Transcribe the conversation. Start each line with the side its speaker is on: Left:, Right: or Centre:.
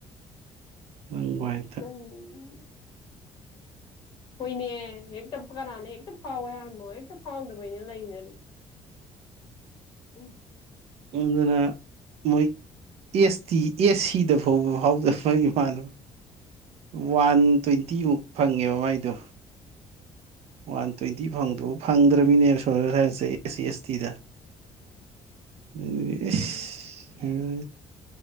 Right: ꯅꯪ ꯚꯥꯏ
Left: ꯎꯝ ꯍꯣꯏꯅꯦ ꯍꯦꯛꯇ ꯀꯅꯥꯅ ꯍꯦꯛꯇ ꯐꯥꯎꯋꯦ ꯍꯥꯏꯔꯝꯃꯣ ꯍꯦꯛꯇ ꯐꯥꯎꯗꯕꯩꯅ ꯂꯩꯅꯔꯤꯁꯦ ꯎꯝ
Right: ꯑꯗꯨꯅ ꯃꯣꯏ ꯑꯦꯁ ꯇꯤ ꯑꯦꯁ ꯁꯤꯗ ꯐꯥꯎꯕ ꯐꯥꯎꯗꯕ ꯏꯃꯥꯟꯅꯕ ꯋꯥꯟ ꯇ꯭ꯋꯦꯟꯇꯤꯃꯨꯛ ꯐꯪꯉꯦꯕ ꯃꯥꯏꯗꯣ ꯋꯥꯟ ꯇ꯭ꯋꯦꯟꯇꯤ ꯐꯪꯕ ꯗꯨꯐꯥꯎ ꯐꯪꯗ꯭ꯔꯅꯤꯅꯦ ꯁꯣꯁꯦꯜ ꯁꯥꯏꯟꯁꯇ ꯑꯦꯁ ꯁꯤ ꯑꯦꯁ ꯇꯤꯗ <unintelligible>
Left: ꯎꯝ